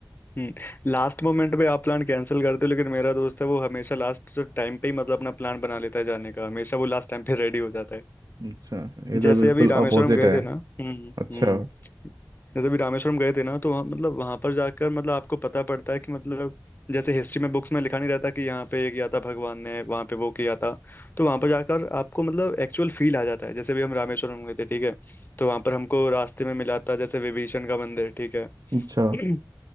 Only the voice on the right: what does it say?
अच्छा ये
तो बिल्कुल
अपोजिट
है
अच्छा
अच्छा